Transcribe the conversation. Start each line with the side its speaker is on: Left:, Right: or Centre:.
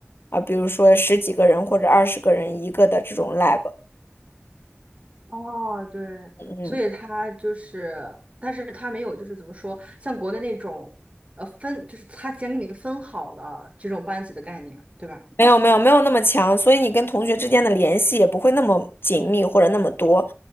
Left: 啊、比如说十几个人或者二十个人一个的这种 lab，
Right: 哦，对，
Left: 嗯，
Right: 所以他就是，但是他没有就是怎么说，像国内那种，呃，分就是他先给你分好了这种班级的概念，对吧？
Left: 没有没有没有那么强，所以你跟同学之间的联系也不会那么紧密或者那么多，